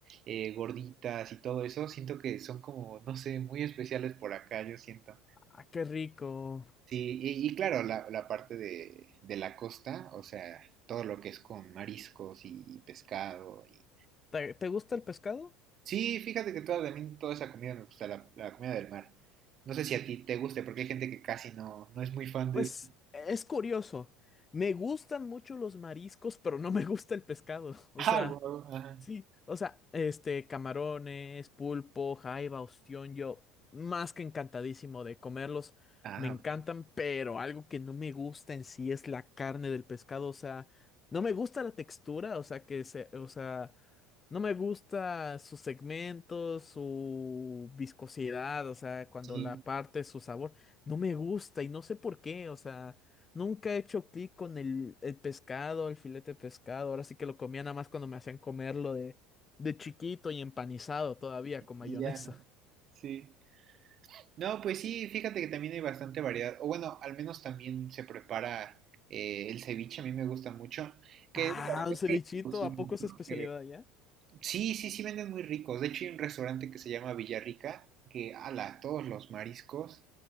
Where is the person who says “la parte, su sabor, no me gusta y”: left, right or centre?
Left